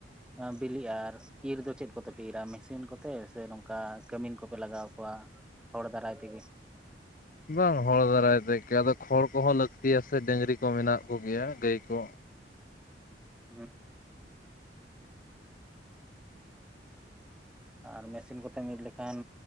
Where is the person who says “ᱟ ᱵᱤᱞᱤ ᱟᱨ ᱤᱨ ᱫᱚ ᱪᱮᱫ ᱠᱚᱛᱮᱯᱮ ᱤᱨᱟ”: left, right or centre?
Centre